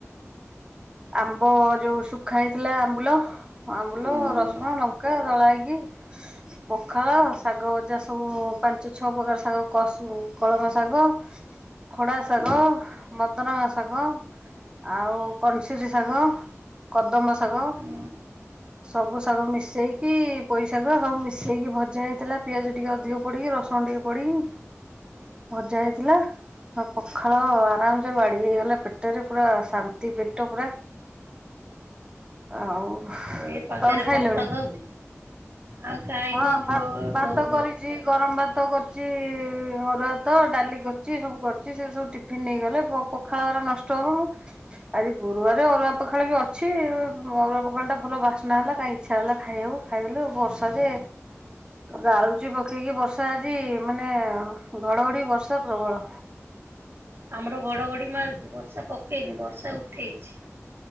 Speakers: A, on the right; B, on the right.
A: ଆମ୍ବ ଯୋଉ ଶୁଖା ହେଇଥିଲା ଆମ୍ବୁଲ। ଅମ୍ବୁଲ
B: ହୁଁ ହୁଁ
A: ରସୁଣ ଲଙ୍କା ଦଳା ହେଇକି‌। ପଖାଳ ଶାଗ ଭଜା ସବୁ। ପାଞ୍ଚ ଛଅ ପ୍ରକାର ଶାଗ କସୁ କଳମ ଶାଗ। ଖଡ଼ା ଶାଗ
B: ହଁ ହୁଁ ହୁଁ
A: ମଦରଙ୍ଗ ଶାଗ ଆଉ କନସିରି ଶାଗ। କଦମ ଶାଗ।
B: ହୁଁ ହୁଁ।
A: ସବୁ ଶାଗ ମିଶେଇ କି ପୋଇଶାଗ ହବୁ ମିଶେଇ କି ଭଜା ହେଇଥିଲା, ପିଆଜ ଟିକେ ଅଧିକ ପୋଡ଼ିକି ରସୁଣ ଟିକେ ପଡ଼ିକି ଭଜା ହେଇଥିଲା। ହଁ ପଖାଳ ଆରାମ ସେ ବାଢି ହେଇଗଲା ପେଟରେ ପୁରା ଶାନ୍ତି ପେଟ ପୁରା। ଆଉ
B: ଏଇ ପାଗରେ
A: ତମେ ଖାଇଲଣି?
B: ପଖାଳ ଖାଉଛୁ ଆଉ ଖାଇନୁ
A: ହଁ
B: ଝୁଅ
A: ଭା ଭାତ
B: ବୋଉକୁ
A: କରି ଚି ଗରମ୍ ଭାତ କରଚି ଅରୁଆ ଭାତ ଡାଲି କରଚି ସବୁ କରଚି ସେ ସବୁ ଟି ପିି ନେଇ ଗଲେ ପ-ପଖାଳ ଗରା ନଷ୍ଟ ହବ। ଆଜି ଗୁରୁବାରେ ଅରୁଆ ପଖାଳ ବି ଅଛି ଅରୁଆ ପଖାଳଟା ଭଲ ବାସ୍ନା ହେଲା କାହିଁ ଇଚ୍ଛା ହେଲା ଖାଇଆକୁ। ଖାଇଦଲୁ ବର୍ଷା ଯେ ଜାଳୁ ଟି ପକେଇକି ବର୍ଷା ଆଜି ମାନେ ଘଡ଼ଘଡ଼ି ବର୍ଷା ପ୍ରବଳ।
B: ଆମର ଘଡଘଡି ମାରୁଚି ବର୍ଷା ପକେଇନି ବର୍ଷା ଉଠେଇଛି।